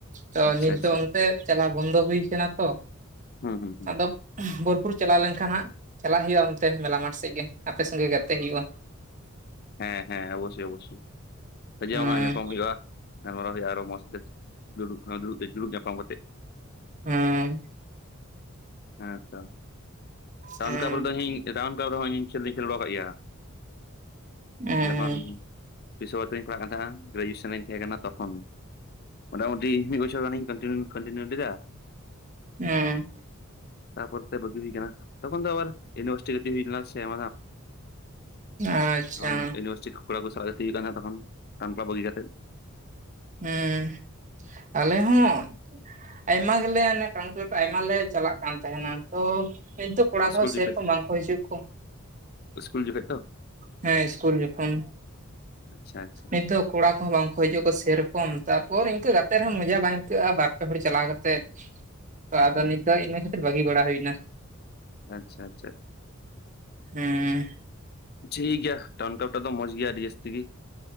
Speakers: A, on the right; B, on the left.
A: ᱛᱚ
B: ᱟᱪᱪᱷᱟ
A: ᱱᱤᱛ
B: ᱟᱪᱪᱷᱟ
A: ᱫᱚ ᱚᱱᱛᱮ ᱪᱟᱞᱟᱣ ᱵᱚᱱᱫᱚ ᱦᱩᱭ ᱠᱟᱱᱟ ᱛᱚ,
B: ᱦᱩᱸ ᱦᱩᱸ ᱦᱩᱸ
A: ᱟᱫᱚ ᱵᱳᱞᱯᱩᱨ ᱪᱟᱞᱟᱣ ᱞᱮᱱᱠᱷᱟᱱ ᱦᱟᱸᱜ ᱪᱟᱞᱟᱜ ᱦᱩᱭᱩᱜᱼᱟ ᱚᱱᱛᱮ ᱢᱮᱞᱟ ᱢᱟᱴᱷ ᱥᱮᱫ ᱜᱮ ᱟᱯᱮ ᱥᱚᱸᱜᱮ ᱜᱟᱛᱮ ᱦᱩᱭᱩᱜᱼᱟ᱾
B: ᱦᱮᱸ ᱦᱮᱸ ᱚᱵᱚᱥᱥᱳᱭ ᱚᱵᱚᱥᱥᱳᱭ ᱦᱤᱡᱩᱜ
A: ᱦᱩᱸ
B: ᱟᱢ ᱦᱟᱸᱜ ᱧᱟᱯᱟᱢ ᱦᱩᱭᱩᱜᱼᱟ᱾ ᱜᱟᱞᱢᱟᱨᱟᱣ ᱦᱩᱭᱩᱜᱼᱟ ᱟᱨᱚ ᱢᱚᱸᱡ ᱛᱮ ᱫᱩᱲᱩᱵ ᱫᱩᱲᱩᱵ ᱛᱮ ᱫᱩᱲᱩᱵ ᱧᱟᱯᱟᱢ ᱠᱟᱛᱮᱜ᱾
A: ᱦᱮᱸ᱾
B: ᱦᱮᱸᱛᱚ ᱴᱟᱣᱩᱱ
A: ᱦᱩᱸ
B: ᱠᱮᱞᱟᱵ ᱨᱮᱫᱚ ᱤᱧ ᱨᱟᱣᱩᱱ ᱠᱮᱞᱟᱵ ᱨᱮᱦᱚᱸ ᱤᱧ ᱠᱷᱮᱞ ᱫᱚᱧ ᱠᱷᱮᱞ ᱵᱟᱲᱟ ᱠᱟᱜ ᱜᱮᱭᱟ
A: ᱦᱩᱸ
B: ᱡᱚᱠᱷᱚᱱ ᱵᱤᱥᱚ ᱵᱷᱟᱨᱚᱛᱤ ᱨᱤᱧ ᱯᱟᱲᱦᱟᱜ ᱠᱟᱱ ᱛᱟᱦᱮᱸᱱᱟ ᱜᱨᱮᱡᱩᱭᱮᱥᱚᱱᱤᱧ ᱛᱟᱦᱮᱸ ᱠᱟᱱᱟ ᱛᱠᱷᱚᱱ᱾ ᱢᱚᱴᱟᱢᱚᱴᱤ ᱢᱤᱫ ᱵᱚᱪᱷᱚᱨ ᱜᱟᱱᱤᱧ ᱠᱟᱱᱴᱤᱱᱤᱭᱩ ᱠᱟᱱᱴᱤᱱᱤᱭᱩ ᱤᱫᱤ ᱞᱮᱫᱟ,
A: ᱮᱸ᱾
B: ᱛᱟᱯᱚᱨ ᱛᱮ ᱵᱟᱹᱜᱤ ᱦᱩᱭ ᱠᱟᱱᱟ, ᱛᱚᱠᱷᱚᱱ ᱫᱚ ᱟᱨ ᱤᱭᱩᱱᱤᱵᱷᱟᱨᱥᱤᱴᱤ ᱜᱟᱛᱤ ᱦᱩᱭ ᱞᱮᱱᱟ ᱥᱮ
A: ᱟᱪᱪᱷᱟ
B: ᱛᱚᱠᱷᱚᱱ ᱤᱭᱩᱱᱤᱵᱷᱟᱨᱥᱤᱴᱤ ᱠᱚᱲᱟ ᱠᱚ ᱥᱟᱞᱟᱜ ᱜᱟᱛᱤ ᱦᱩᱭᱩᱜ ᱠᱟᱱᱟ ᱛᱚᱠᱷᱚᱱ ᱴᱟᱩᱱ ᱠᱞᱟᱵ ᱵᱟᱹᱜᱤ ᱠᱟᱛᱮᱜ᱾
A: ᱦᱩᱸ ᱟᱞᱮ ᱦᱚᱸ ᱟᱭᱢᱟ ᱜᱮᱞᱮ ᱴᱟᱣᱩᱱ ᱛᱮ ᱟᱭᱢᱟ ᱞᱮ ᱪᱟᱞᱟᱜ ᱠᱟᱱ ᱛᱟᱦᱮᱱᱼᱟ, ᱛᱚ ᱱᱤᱛ ᱫᱚ ᱠᱚᱲᱟ
B: ᱤᱥᱠᱩᱞ
A: ᱠᱚᱦᱚᱸ ᱥᱮᱨᱚᱠᱚᱢ
B: ᱡᱚᱠᱷᱚᱡ
A: ᱵᱟᱝ ᱠᱚ ᱦᱤᱡᱩᱜ ᱠᱩ,
B: ᱤᱥᱠᱩᱞ ᱡᱚᱠᱷᱚᱡ ᱛᱚ
A: ᱦᱮᱸ ᱤᱥᱠᱩᱞ ᱡᱚᱠᱷᱚᱱ᱾
B: ᱟᱪᱪᱷᱟ ᱟᱪᱪᱷᱟ
A: ᱱᱤᱛᱳᱜ ᱠᱚᱲᱟ ᱠᱚᱦᱚᱸ ᱵᱟᱝ ᱠᱚ ᱦᱤᱡᱩᱜ ᱟᱠᱚ ᱥᱮᱨᱚᱠᱚᱢ ᱛᱟᱨᱯᱚᱨ ᱤᱱᱠᱟᱹ ᱜᱟᱛᱮᱜ ᱨᱮᱦᱚᱸ ᱢᱚᱡᱟ ᱵᱟᱝ ᱟᱹᱭᱠᱟᱹᱜᱼᱟ ᱵᱟᱨ ᱯᱮ ᱦᱚᱲ ᱪᱟᱞᱟᱣ ᱠᱟᱛᱮᱜ ᱛᱚ ᱟᱫᱚ ᱱᱤᱛ ᱫᱚ ᱤᱱᱟᱹ ᱠᱷᱟᱹᱛᱤᱨ ᱵᱷᱟᱹᱜᱤ ᱵᱟᱲᱟ ᱦᱩᱭᱱᱟ᱾
B: ᱟᱪᱷᱟ ᱟᱪᱷᱟ᱾
A: ᱦᱮᱸ
B: ᱟᱪᱪᱷᱟ ᱴᱷᱤᱠ ᱜᱮᱭᱟ ᱴᱟᱣᱩᱱ ᱠᱞᱟᱯ ᱴᱟᱜ ᱫᱚ ᱢᱚᱸᱡ ᱜᱮᱭᱟ ᱟᱹᱰᱤ ᱡᱟᱹᱥ ᱛᱤᱜᱤ